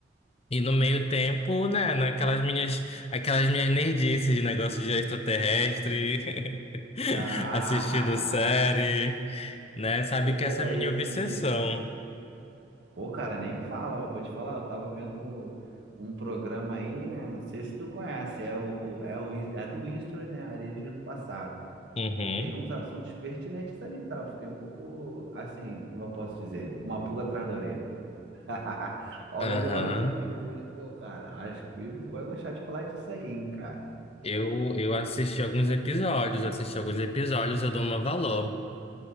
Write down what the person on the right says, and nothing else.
Ah,
<laughs>
pô,
é
isso
mesmo. Pô, cara, nem fala. Eu vou te falar, eu tava vendo um programa aí, né? Não sei se tu conhece, é o é o é do History, né? Alienígenas do passado.
Tem uns assuntos pertinentes ali, tá? Eu fiquei um pouco assim, como eu posso dizer, uma pulga atrás da orelha. <laughs> Ó,
eu lembrei logo de tu. Falei, pô, cara, acho que o Ivo vai gostar de falar disso aí, hein, cara.